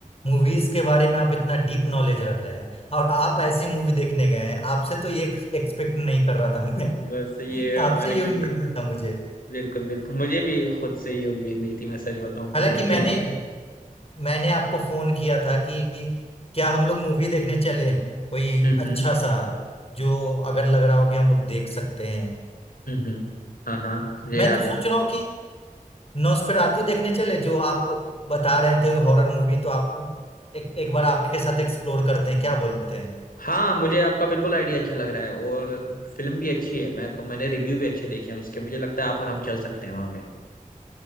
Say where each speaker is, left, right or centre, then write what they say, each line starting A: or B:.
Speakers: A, on the left; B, on the left.
A: मूवीज के बारे में आप इतना डीप नॉलेज रख रहे हैं और आप ऐसी मूवी देखने गए हैं आपसे तो ये एक्सपेक्ट नहीं कर रहा था मैं
B: बस ये
A: <laughs>
B: हमारे
A: आपसे ये
B: कुछ
A: उम्मीद
B: दोस्त
A: नहीं था मुझे
B: <laughs> बिल्कुल बिल्कुल मुझे भी खुद से ये उम्मीद नहीं थी मैं सच बताऊं तो
A: हालांकि
B: लेकिन
A: मैंने
B: ओके
A: मैंने आपको फोन किया था कि क्या हम लोग मूवी देखने चले कोई
B: हम्म
A: अच्छा सा जो अगर लग रहा हो कि हम लोग देख सकते हैं
B: हम्म हम्म, हाँ हाँ ये
A: मैं
B: याद
A: तो
B: है
A: सोच रहा हूँ कि नॉस्फेरातु देखने चले जो आप बता रहे थे हॉरर मूवी तो आपको एक एक बार आपके साथ एक्सप्लोर करते हैं क्या बोलते हैं
B: हाँ मुझे आपका बिल्कुल आइडिया अच्छा लग रहा है और फिल्म भी अच्छी है मैं मैंने रिव्यू भी अच्छे देखे हैं उसके मुझे लगता है आप और हम चल सकते हैं वहाँ पे